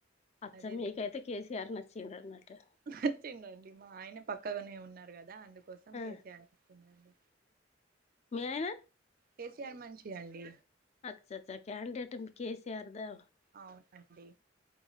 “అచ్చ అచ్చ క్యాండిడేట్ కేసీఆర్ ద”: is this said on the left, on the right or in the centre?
Left